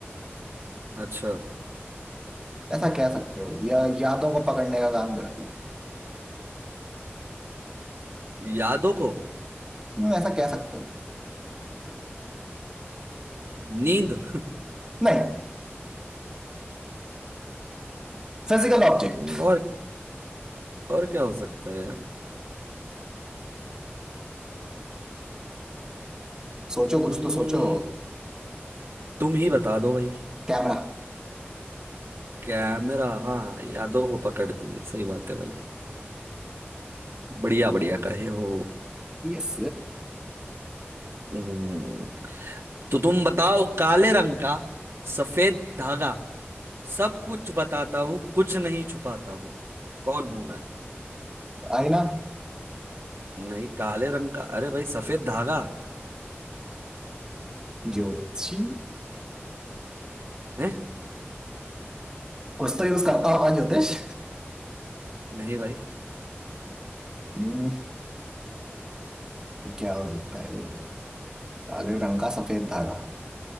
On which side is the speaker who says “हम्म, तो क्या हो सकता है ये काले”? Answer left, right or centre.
Right